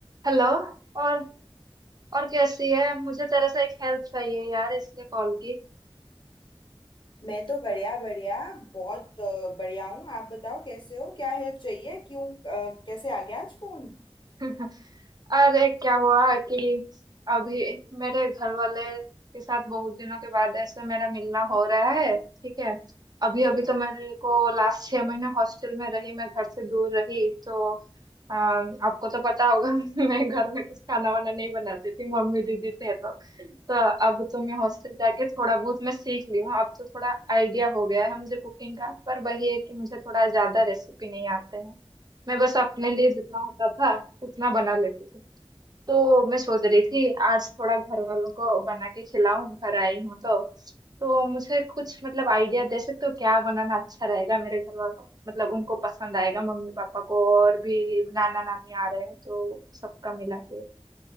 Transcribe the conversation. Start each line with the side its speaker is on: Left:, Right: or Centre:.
Right: Hello और और कैसी है मुझे तेरे से एक हेल्प चाहिए यार इसलिए कॉल की
Left: मैं तो बढ़िया बढ़िया बहुत अ, बढ़िया हूँ आप बताओ कैसे हो क्या हेल्प चाहिए क्यों अ, कैसे आ गया आज फोन
Right: <laughs> अरे क्या हुआ कि अभी मेरे घर वाले के साथ बहुत दिनों के बाद ऐसे मेरा मिलना हो रहा है ठीक है अभी
Left: अच्छा
Right: अभी तो मेरे को लास्ट छह महीने हॉस्टल में रही मैं घर से दूर रही तो आ, आपको तो पता होगा <laughs> मैं घर में कुछ खाना वाना नहीं बनाती थी मम्मी दीदी थे तो तो अब तो मैं हॉस्टल जाके थोड़ा बहुत मैं सीख ली हूँ अब तो थोड़ा आइडिया हो गया है मुझे कुकिंग का पर वही है कि मुझे थोड़ा ज्यादा रेसिपी नहीं आते हैं मैं बस अपने लिए जितना होता था उतना बना लेती थी तो मैं सोच रही थी आज थोड़ा घर वालों को बना के खिलाऊं घर आई हूँ तो तो मुझे कुछ मतलब आइडिया दे सकते हो क्या बनाना अच्छा रहेगा मेरे घर वालों मतलब उनको पसंद आएगा मम्मी पापा को और भी नाना नानी आ रहे हैं तो सबका मिला के